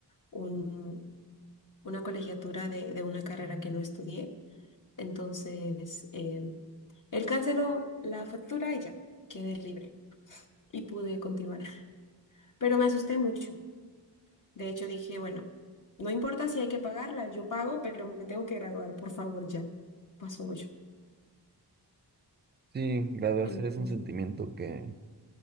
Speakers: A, on the left; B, on the right.
A: un, una colegiatura de, de una carrera que no estudié. Entonces, eh, él canceló la factura y ya, quedé libre y pude continuar. Pero me asusté mucho. De hecho, dije, bueno, no importa si hay que pagarla, yo pago, pero me tengo que graduar, por favor, ya. Pasó mucho.
B: sí, graduarse
A: Entonces,
B: es un sentimiento que